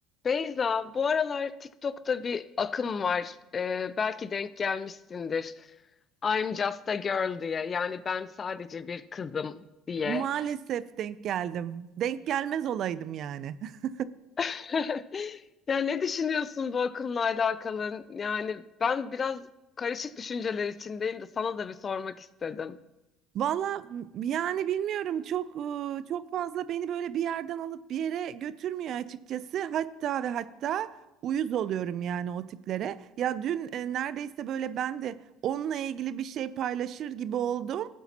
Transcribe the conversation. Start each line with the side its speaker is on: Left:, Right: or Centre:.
Left: Beyza, bu aralar TikTok'ta bir akım var. Ee, belki denk gelmişsindir. I'm just a girl diye. Yani ben sadece bir kızım diye.
Right: Maalesef denk geldim. Denk gelmez olaydım yani. <laughs>
Left: <laughs> Ya ne düşünüyorsun bu akımla alakalı? Yani ben biraz karışık düşünceler içindeyim de sana da bir sormak istedim.
Right: Valla yani bilmiyorum çok e, çok fazla beni böyle bir yerden alıp bir yere götürmüyor açıkçası. Hatta ve hatta uyuz oluyorum yani o tiplere. Ya dün e, neredeyse böyle ben de onunla ilgili bir şey paylaşır gibi oldum.